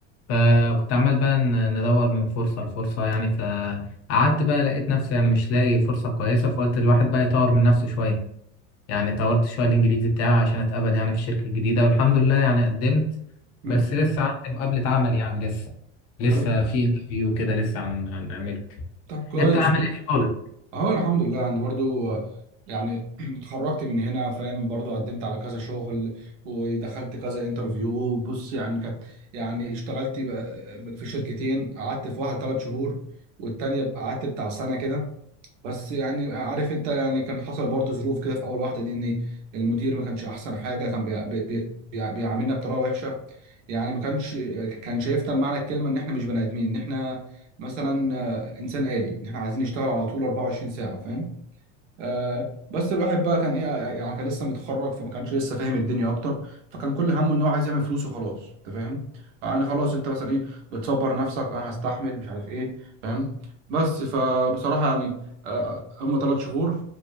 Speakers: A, on the left (about 45°); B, on the right (about 85°).
A: فكنت عمال بقى ن- ندور من فرصه لفرصه يعني فقعدت بقى لقيت نفسي يعني مش لاقي فرصه كويسه فقلت الواحد بقى يطور من نفسه شويه يعني طورت شويه الانجليزي بتاعي عشان اتقبل يعني في الشركه الجديده والحمد لله يعني قدمت
B: مم.
A: بس لسه عندي مقابله عمل يعني لسه لسه
B: طيب
A: في انترفيو كده لسه هن- هنعمله
B: طب كويس
A: انت عامل ايه في شغلك
B: اهو الحمد لله يعني برضو يعني <clears throat> اتخرجت من هنا فاهم برضو قدمت على كذا شغل ودخلت كذا انترفيو بص يعني كانت يعني اشتغلت بقى في شركتين قعدت في واحده ثلاث شهور والتانيه قعدت بتاع سنه كده بس يعني عارف انت يعني كان حصل برضو ظروف كده في اول واحده دي ان المدير ما كانش احسن حاجه كان بيع- بي بي بيع- بيعاملنا بطريقه وحشه يعني ما كانش كان شايفنا بمعنى الكلمه ان احنا مش بني ادمين ان احنا مثلا آه، انسان آلي ان احنا عايزين نشتغل على طول 24 ساعه فاهم آه، بس الواحد بقى كان ايه يعني كان لسه متخرج فما كانش لسه فاهم الدنيا اكتر فكان كل همه ان هو عايز يعمل فلوس وخلاص انت فاهم يعني خلاص انت مثلا ايه بتصبر نفسك انا هستحمل مش عارف ايه فاهم بس فبصراحه يعني آه، هم ثلاث شهور